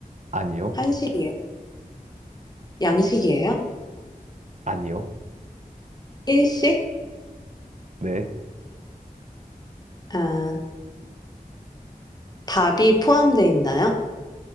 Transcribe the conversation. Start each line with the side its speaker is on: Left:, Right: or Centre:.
Right: 아니요,
Left: 한식이에요? 양식이에요?
Right: 아니요,
Left: 일식?
Right: 네,
Left: 아, 밥이 포함되어 있나요?